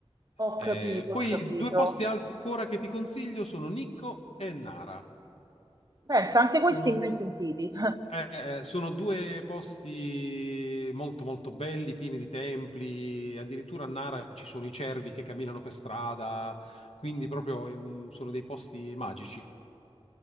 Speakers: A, on the right; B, on the left.
A: Ho
B: Eh,
A: capito,
B: poi
A: ho capito.
B: due posti ancora che ti consiglio sono Nikko e Nara.
A: Pensa, anche questi
B: Sono,
A: mai sentiti. <laughs>
B: eh, eh, sono due posti molto molto belli, pieni di templi, addirittura a Nara ci sono i cervi che camminano per strada, quindi proprio è un- sono dei posti magici.